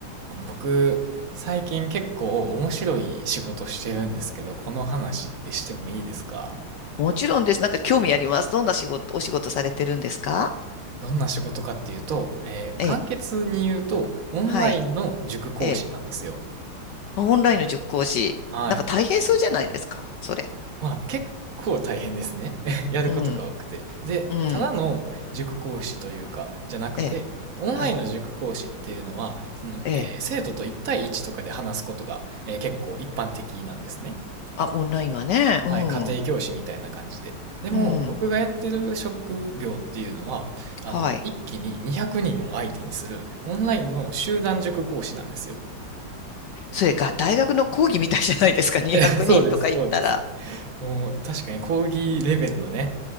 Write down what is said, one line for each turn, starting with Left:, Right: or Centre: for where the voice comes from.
Right: あの、僕、最近結構面白い仕事してるんですけど、この話ってしてもいいですか
Left: もちろんです。なんか興味あります。どんな仕事、お仕事されてるんですか
Right: どんな仕事かっていうと、えー簡潔に言うと、
Left: ええ。
Right: オンラインの塾講師なんですよ。
Left: はい。ええ。あオンラインの塾講師。
Right: はい。
Left: なんか大変そうじゃないですか。それ。
Right: まあ、結構大変ですね。<laughs> やることが多くて。
Left: うん。
Right: で、
Left: うん。
Right: ただの塾講師というか、じゃなくて、
Left: ええ。
Right: オンラインの塾講師っていうのは、
Left: はい。
Right: その、
Left: ええ。
Right: えー生徒と一対一とかで話すことが、えー結構一般的なんですね。
Left: あ、オンラインはね。
Right: はい、
Left: うん。
Right: 家庭教師みたいな感じで。でも、
Left: うん。
Right: 僕がやってる職業っていうのは、あの、
Left: はい。
Right: 一気に200人を相手にするオンラインの集団塾講師なんですよ。
Left: それが大学の講義みたいじゃないですか。
Right: <laughs>
Left: 200人とか行ったら。
Right: そうです、そうです。<laughs> もう、確かに講義レベルのね、